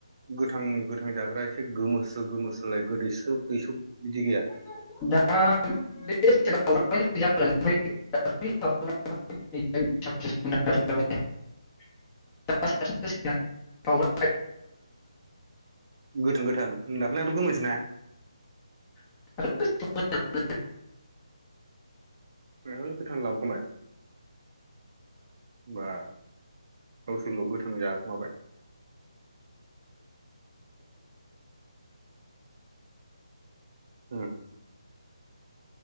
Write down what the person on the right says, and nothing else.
गोथां गोथां जाग्रा एसे गोमोस्रो गोमोस्रोलाय गोदैस्रो दैसुब बिदि गैया
गोथां गोथां दाख्लैनाथ गोमो ना।
बे गोथां लाबोखांबाय। होनबा गावसोरल गोथां जाखुमाबाय। उम।